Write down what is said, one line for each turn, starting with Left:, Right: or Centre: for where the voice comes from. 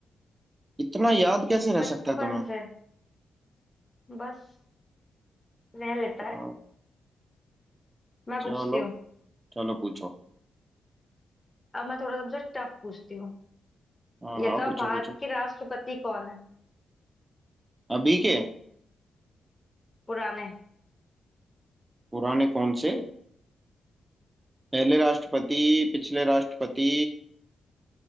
Right: इतना याद कैसे रह
Left: बचपन
Right: सकता है तुम्हें
Left: से बस रह लेता
Right: हाँ,
Left: है मैं पूछती
Right: चलो
Left: हूँ
Right: चलो पूछो
Left: अब मैं थोड़ा तुमसे टफ पूछती हूँ
Right: हाँ
Left: ये
Right: हाँ
Left: तो
Right: पूछो
Left: अब भारत
Right: पूछो
Left: के राष्ट्रपति कौन है
Right: अभी के
Left: पुराने
Right: पुराने कौन से पहले राष्ट्रपति पिछले राष्ट्रपति